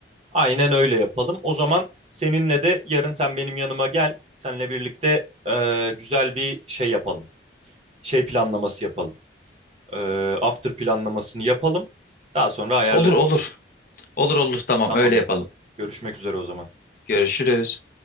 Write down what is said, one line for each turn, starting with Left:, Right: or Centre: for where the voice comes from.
Right: Aynen öyle yapalım. O zaman seninle de yarın sen benim yanıma gel. Seninle birlikte ee, güzel bir şey yapalım. Şey planlaması yapalım. Ee, after planlamasını yapalım. Daha sonra ayarlarız.
Left: Olur olur. Olur olur tamam
Right: Tamamdır.
Left: öyle yapalım.
Right: Görüşmek üzere o zaman.
Left: Görüşürüz.